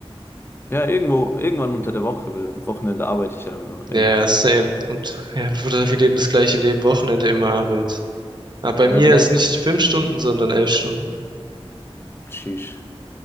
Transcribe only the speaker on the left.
Ja, irgendwo, irgendwann unter der Woche, weil am Wochenende arbeite ich ja immer,
immer.
Ja,
wie lange,
sheesh.